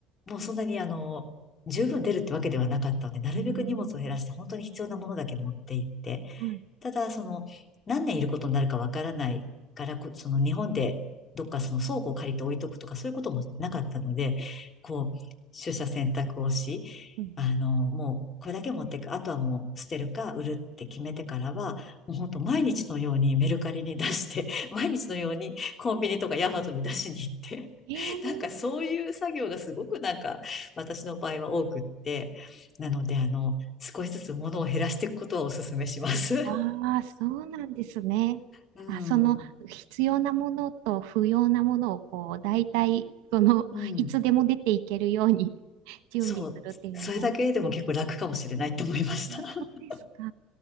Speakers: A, on the left; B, on the right.
A: もそんなにあの、十分出るってわけではなかったので、なるべく荷物を減らして本当に必要なものだけ持って行って、
B: うーん。はい。
A: ただ、その、何年いることになるかわからないから、こその日本でどっかその倉庫を借りて置いとくとか、そういうこともなかったので、こう、取捨選択をし、
B: うん
A: あの、もう、これだけ持っていく。あとはもう捨てるか売るって決めてからは、もう本当毎日のようにメルカリに出して、<laughs> 毎日のようにコンビニとかヤマトに出しに行って、
B: ええ
A: <laughs> なんかそういう作業がすごくなんか私の場合は多くって、なのであの、少しずつ物を減らしていくことはお勧めします。
B: ああ、そうなんですね。
A: うん。
B: あ、その必要なものと不要なものをこう、大体、その、
A: うん。
B: <laughs> いつでも出ていけるように <laughs> 準備するっていうのが大事。
A: そう。それだけでも結構楽かもしれないと思いました。
B: あ、
A: <laughs>
B: そうですか。